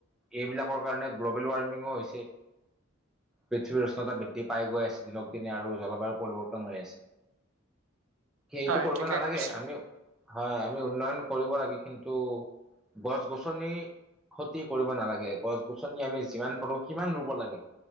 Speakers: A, in the centre; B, on the right (about 85°).
A: এইবিলাকৰ কাৰণে গ্ল'বেল ৱাৰ্মিঙো হৈছে পৃথিৱীৰ উষ্ণতা বৃদ্ধি পাই গৈ আছে দিনক দিনে আৰু জলবায়ু পৰিৱৰ্তন হৈ আছে। সেইটো
B: হয়
A: কৰিব
B: ঠিকে
A: নালাগে,
B: কৈছে।
A: আমি হয়, আমি উন্নয়ন কৰিব লাগে কিন্তু গছ- গছনি ক্ষতি কৰিব নালাগে গছ -গছনি আমি যিমান পাৰো সিমান ৰুব লাগে।